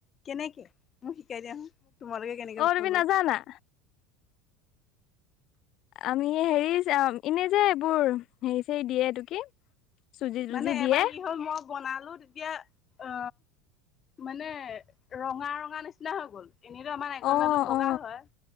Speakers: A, on the left (about 35°); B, on the left (about 50°).
A: কেনেকে মোক শিকাই দিয়াচুন তোমালোকে কেনেকে
B: অ' তুমি
A: বনোৱা।
B: নাজানা? আমি হেৰি এনে যে এইবোৰ হেৰি চেৰি দিয়ে এইটো কি? চুজি তুজি
A: মানে এবাৰ
B: দিয়ে
A: কি হ'ল মই বনালো তেতিয়া অ, মানে ৰঙা ৰঙা নিচিনা হৈ গ'ল। এনেইতো আমাৰ নাৰিকল
B: অ
A: লাটো বগা
B: অ
A: হয়।